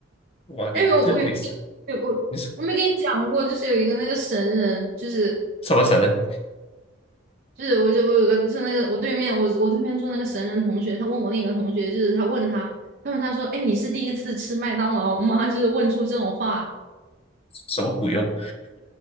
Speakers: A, on the left; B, on the right.
A: 哇，你这你
B: 哎呦，我我有没有我我没跟你讲过，
A: 你是
B: 就是有一个那个神人，就是。
A: 什么神呢？
B: 就是我就我有个是那个我对面我我对面坐那个神人同学，他问我另一个同学，就是他问他，他问他说，哎，你是第一次吃麦当劳吗？<laughs> 就是问出这种话，
A: 什么鬼哦？